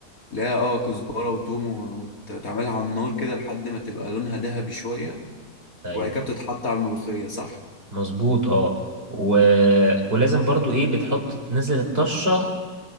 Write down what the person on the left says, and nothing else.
لا اه كزبرة وتوم و- وتعملها على النار كده لحد ما تبقى لونها ذهبي شوية
وبعد كده بتتحط على الملوخية صح؟